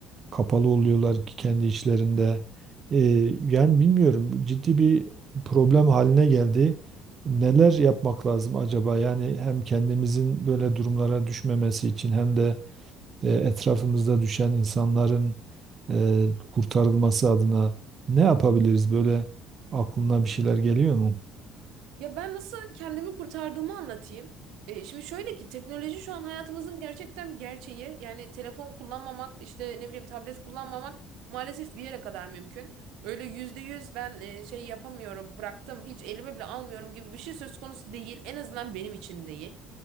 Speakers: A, on the right (about 40°); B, on the right (about 75°).
A: Kapalı oluyorlar ki kendi içlerinde. Ee, yani bilmiyorum ciddi bir problem haline geldi. Neler yapmak lazım acaba? Yani hem kendimizin böyle durumlara düşmemesi için hem de e, etrafımızda düşen insanların e, kurtarılması adına ne yapabiliriz? Böyle aklına bir şeyler geliyor mu?
B: Ya ben nasıl kendimi kurtardığımı anlatayım. E, şimdi şöyle ki teknoloji şu an hayatımızın gerçekten bir gerçeği. Yani telefon kullanmamak, işte ne bileyim tablet kullanmamak maalesef bir yere kadar mümkün. Öyle yüzde yüz ben e, şey yapamıyorum, bıraktım, hiç elime bile almıyorum gibi bir şey söz konusu değil. En azından benim için değil.